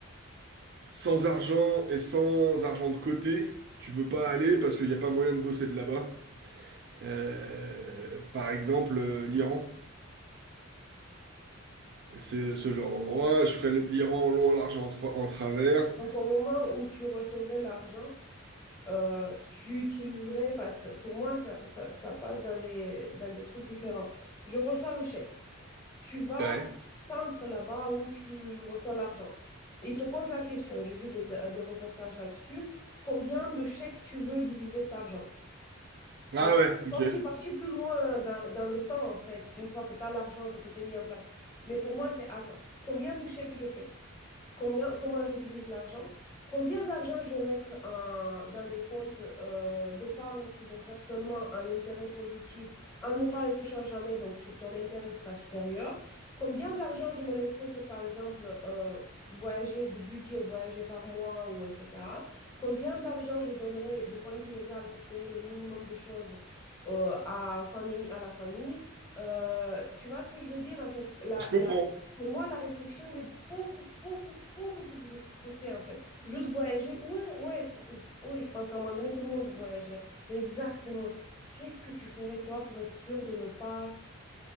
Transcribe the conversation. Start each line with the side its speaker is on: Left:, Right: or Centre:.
Right: sans argent et sans argent de côté, tu peux pas aller parce qu'il n'y a pas moyen de bosser de là-bas. Euh, par exemple, euh, l'Iran. C'est ce genre d'endroit. Je ferai l'Iran en long, en large, en, tra- en travers.
Left: Donc, au moment où tu recevrais l'argent, euh, tu utiliserais... Parce que pour moi, ça, ça, ça passe dans les, dans des trucs différents. Je reçois le chèque. Tu vas
Right: Ouais.
Left: au centre là-bas où tu reçois l'argent. Ils te posent la question, j'ai vu des, des reportages là-dessus, combien de chèques tu veux diviser cet argent?
Right: Ah
Left: Donc,
Right: ouais, ok.
Left: toi, tu es parti plus loin dans, dans le temps, en fait, une fois que tu as l'argent, que tout est mis en place. Mais pour moi, c'est, attends, combien de chèques je fais? combien, comment je divise l'argent, combien d'argent je vais mettre en- dans des comptes euh, d'épargne qui vont faire seulement un intérêt positif en ne pas les touchant jamais, donc t- ton intérêt sera supérieur. Combien d'argent je me laisserai pour, par exemple, euh, voyager, du budget, voyager par mois ou etc. Combien d'argent je donnerai de point de vue légal pour payer le minimum de choses euh, à famille, à la famille. Euh, tu vois ce que je veux dire? En fait, la,
Right: Je comprends.
Left: la- pour moi, la réflexion, elle est beaucoup, beaucoup, beaucoup plus pouss- poussée, en fait. Juste voyager, ouais, ouais, t- oui, je pense qu'à un moment donné, tout le monde voyagerait. Mais exactement, qu'est-ce que tu ferais, toi, pour être sûr de ne pas,